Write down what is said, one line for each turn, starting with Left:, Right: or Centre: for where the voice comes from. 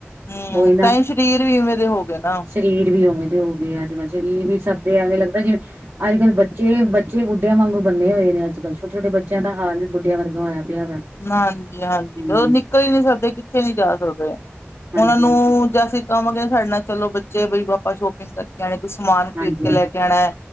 Left: ਹੂੰ
Right: ਕੋਈ ਨਾ
Left: ਤਾਂ ਹੀ ਸਰੀਰ ਵੀ ਇਵੇਂ ਦੇ ਹੋ ਗਏ ਨਾ।
Right: ਸਰੀਰ ਵੀ ਉਵੇਂ ਦੇ ਹੋ ਗਏ ਅੱਜ ਕੱਲ੍ਹ ਸਰੀਰ ਵੀ ਸਭ ਐਵੇਂ ਲੱਗਦਾ ਜਿਵੇਂ ਅੱਜ ਕੱਲ ਬੱਚੇ ਬੱਚੇ ਬੁੱਢਿਆਂ ਵਾਂਗ ਬੰਨੇ ਹੋਏ ਨੇ ਅੱਜ ਕੱਲ ਛੋਟ ਛੋਟੇ ਬੱਚਿਆਂ ਦਾ ਹਾਲ ਬੁੱਢਿਆ ਵਰਗਾ ਹੋਇਆ ਪਿਆ ਵਾ
Left: ਹਾਂਜੀ ਹਾਂਜੀ
Right: ਹਮ
Left: ਉਹ ਨਿਕਲ ਹੀ ਨਹੀਂ ਸਕਦੇ ਕਿੱਥੇ ਨਹੀਂ ਜਾ ਸਕਦੇ
Right: ਹਾਂਜੀ
Left: ਉਹਨਾਂ ਨੂੰ
Right: ਹਾਂਜੀ
Left: ਜੀ ਅਸੀਂ ਕਵਾਂਗੇ ਸਾਡੇ ਨਾਲ ਚਲੋ ਬੱਚੇ ਬਈ ਆਪਾਂ ਸ਼ੋਪਿੰਗ ਕਰਕੇ ਆਣੇ ਸਮਾਨ ਖਰੀਦ
Right: ਹਾਂਜੀ
Left: ਕੇ
Right: ਹਾਂਜੀ
Left: ਲੈ ਕੇ ਆਉਣਾ